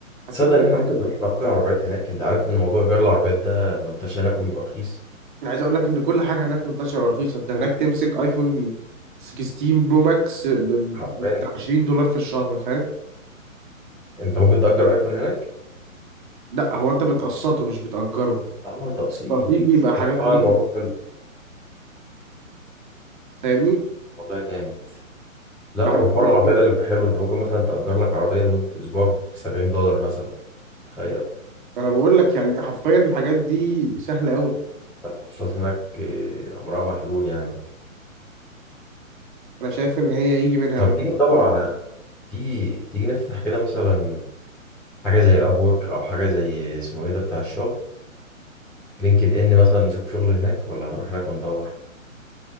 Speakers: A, on the right (about 35°); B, in the centre.
A: هتشوف
B: تصدق
A: تسلا
B: ان احنا ممكن
A: كتير
B: نروح نأجر عربيات هناك انت عارف ان موضوع ايجار العربيات ده منتشر هناك وبيبقى رخيص
A: انا عايز اقول لك ان كل حاجه هناك منتشره ورخيصه انت هناك تمسك ايفون 16 برو ماكس ب ب-
B: حرفيا
A: بتاع 20 دولار في الشهر فاهم
B: انت ممكن تأجر ايفون هناك
A: لا هو انت بتقسطه مش بتأجره
B: اه تقسيط
A: مستطيل بيبقى حاجات
B: هناك طبعا
A: عبيطه
B: الموضوع حلو
A: فاهمني
B: والله جامد لا
A: فاحنا
B: وحوار
A: بنروح-
B: العربيه ده اللي بيبقى حلو انت ممكن مثلا تأجر لك عربيه لمده اسبوع ب 70 دولار مثلا تخيل
A: فانا بقول لك يعني حرفيا الحاجات دي سهله قوي
B: فالمواصلات هناك آه، امرها محلول يعني
A: انا شايف ان هي يجي منها
B: طب
A: قوي
B: تيجي ندور على تيجي تيجي نفتح كده مثلا حاجه زي ابورك او حاجه زي اسمه ايه ده بتاع الشغل لينكد ان مثلا نشوف شغل هناك ولا هنروح هناك وندور